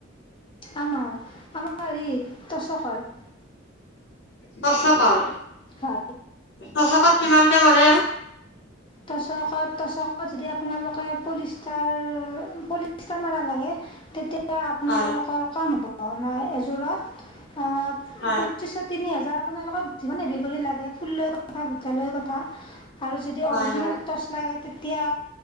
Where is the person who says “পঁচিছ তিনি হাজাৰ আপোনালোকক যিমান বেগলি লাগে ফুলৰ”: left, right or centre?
Left